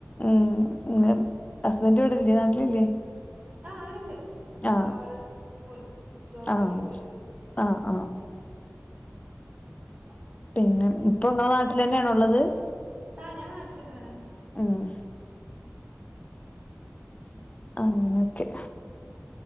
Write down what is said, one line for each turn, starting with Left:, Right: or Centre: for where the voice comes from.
Left: ഉം ങ്ങളെ ഹസ്ബൻഡ ഇവടെഇല്ലേ നാട്ടിലില്ലേ
Right: ആഹ അവർണ്ട് ഇപ്പൊ
Left: ആഹ്
Right: ആള് പോയി ജോപ്പള്ളി
Left: ആഹ്
Right: പോയി
Left: ആഹ് ആഹ്
Right: <inaudible>
Left: പിന്നെ ഇപ്പൊ ഇങ്ങളെ നാട്ടിലന്നെയാണുള്ളത്
Right: ആഹ് ഞാൻ നാട്ടിലന്നെയാണ്
Left: ഉം ആഹ് ഓക്കേ